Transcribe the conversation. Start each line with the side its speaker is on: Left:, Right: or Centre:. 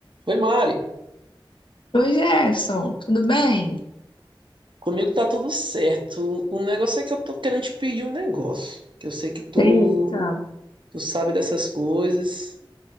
Right: Oi, Mari.
Left: Oi, Jefferson, tudo bem?
Right: Comigo tá tudo certo. O negócio é que eu tô querendo te pedir um negócio. Que eu sei que tu,
Left: Eita.
Right: tu sabe dessas coisas,